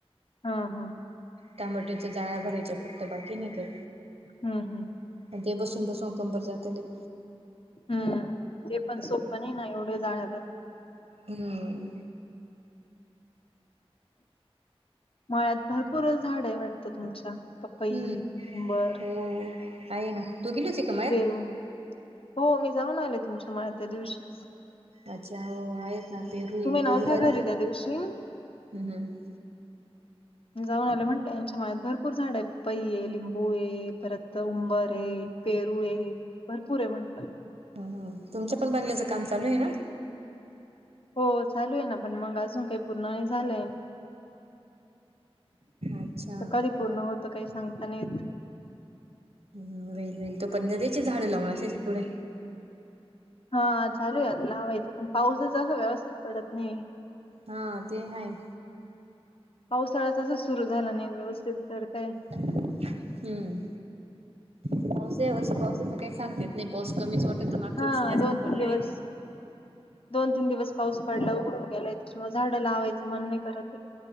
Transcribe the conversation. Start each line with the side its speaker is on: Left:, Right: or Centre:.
Left: हा हा,
Right: टमाट्याच्या जाळा्या भरायच्या फक्त बाकी नाही काय.
Left: हम् हम्.
Right: आणि ते बसून बसून कंबर जात्यालय.
Left: हम्म ते पण सोपं नाही ना एवढे जाण्यावर.
Right: हम्म.
Left: मळ्यात भरपूर झाड आहे वाटतं तुमच्या. पपई,
Right: हम्म
Left: उंबर,
Right: हो आहे ना. तू गेली होती का मळ्यात?
Left: पेरू हो मी जाऊन आले तुमच्या मळ्यात त्या दिवशीच.
Right: अच्छा वो आहे ना पेरू
Left: तुम्ही
Right: ए
Left: नव्हत्या
Right: पेरू बघत
Left: घरी त्या दिवशी
Right: हम्म हम्म.
Left: जाऊन आले म्हंटलं यांच्या माळात भरपूर झाड आहे पपई ये लिंबू आहे परत उंबर आहे. पेरू आहे भरपूर आहे म्हंटलं.
Right: हम हम तुमच्या पण बंगल्याचं काम चालू आहे ना.
Left: हो चालू आहे ना पण मग अजून काही पूर्ण नाही झालंय.
Right: अच्छा
Left: तर कधी पूर्ण होत काही सांगता नाहीे येत येत.
Right: हम हम होय होय तू पण नदीची झाडं लावून असेच पुढे.
Left: हा चालू आहे आता लावायचं पण पाऊसाच असं व्यवस्थित पडत नाही.
Right: हां ते हाय.
Left: पावसाळ्या तसाचं सुरू झाला नाही व्यवस्थित, तर काय
Right: हम्म पावस यावर्षी पावसाच काही सांगता येत नाही. पाऊस कमीच वाटत, मागच्या
Left: हा
Right: वर्षी जास्त
Left: दोन
Right: पडलाय.
Left: तीन दिवस दोन तीन दिवस पाऊस पडलाय, उघडून गेलाय त्याच्या मूळ झाडं लावायचं मण नही करते.